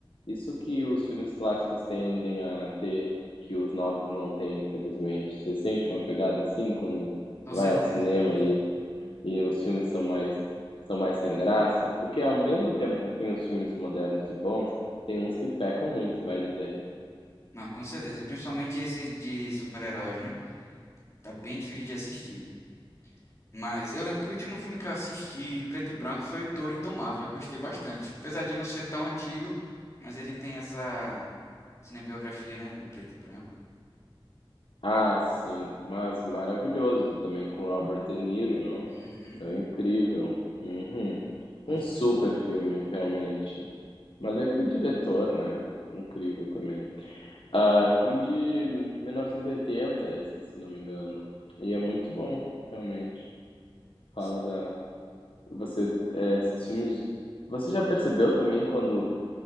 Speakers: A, on the left (about 70°); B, on the left (about 30°).
A: Isso que os filmes clássicos tendem a ter, que os novos não têm, infelizmente. Você sente uma pegada assim quando
B: com
A: vai
B: certeza.
A: a um cinema e e os filmes são mais são mais sem graça, porque ao mesmo tempo que tem os filmes modernos e bons, tem uns que pecam muito, vai dizer.
B: Não, com certeza. Principalmente esse de super-heróis, né? Tá bem difícil de assistir. Mas eu lembro que o último filme que eu assisti, preto e branco, foi O Touro Indomável. Eu gostei bastante. Apesar de não ser tão antigo, mas ele tem essa cinebiografia, né, em preto e branco.
A: Ah, sim, mas maravilhoso também com Robert De Niro, não?
B: Uhum,
A: Então é incrível. Uhum.
B: gosto
A: Um super
B: bastante.
A: filme, realmente. Mas é que o diretor, né? Incrível também. Ah, é um filme de 1980, esse, se não me engano. E é muito bom, realmente.
B: Sim,
A: Fala da Você, eh, esses filmes. Você já percebeu também quando